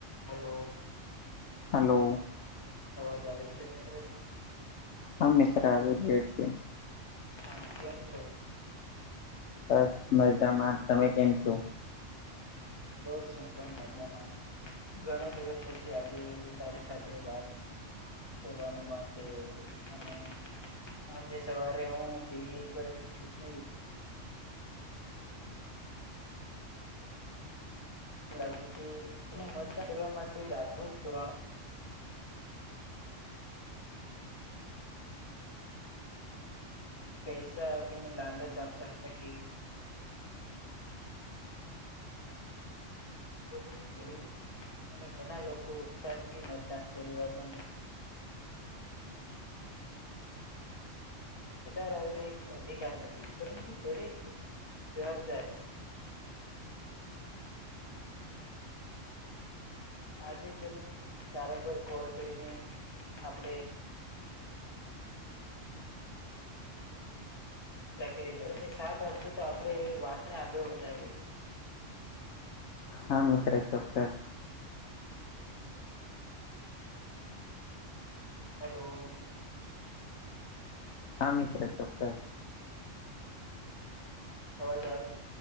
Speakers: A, on the left; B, on the left.
A: Hello
B: hello
A: અવાજ આવે છે મિત્રો
B: હા મિત્ર આવી રહ્યો છે.
A: હા કેમ છો?
B: બસ મજામાં તમે કેમ છો?
A: બસ હું પણ મજામાં ઘણા દિવસ પછી આજે તારી સાથે વાત કરવાનું માન થયુ અને આજે સવારે હું ટીવી પર ચૂટણી લ લાવી તી અને મતદાન કરવા માટે જાગૃત કરવા પૈસા આપીને લાલચ આપતા હતા કે પોતાનું કરવુ અને ઘણા લોકો ઉત્સાહથી મતદાન કરવા પણ વિચાર આવેને એક અધિકાર નથી પરંતુ દરેક જવાબદાર આજે ચલને તારા ઉપર કોલ કરીને આપડે ચાકરી કરીએ તમે સાથ આપશો તો આપણેે વાતને આગળ વધારીએ.
B: હા મિત્ર ચોક્કસ
A: હેલો.
B: હા મિત્ર ચોક્કસ
A: અવાજ આવે